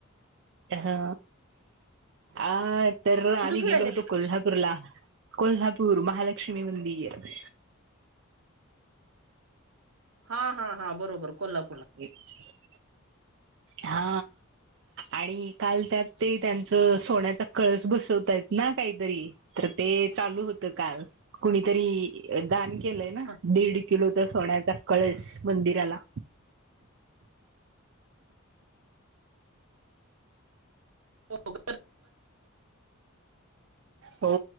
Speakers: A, on the right (about 60°); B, on the right (about 75°).
A: हा आ तर आम्ही
B: कुठे फिराय
A: गेलो
B: गेले
A: होतो कोल्हापूरला कोल्हापूर महालक्ष्मी मंदिर
B: हा हा हा बरोबर
A: हम्
B: कोल्हापूरला
A: हा आणि काल त्यात ते त्यांचं सोन्याचा कळस बसवतय ना काहीतरी तर ते चालू होत काल कुणीतरी दान केलंय ना
B: हा.
A: दीड किलो च सोन्याचा कळस मंदिराला
B: हो
A: हो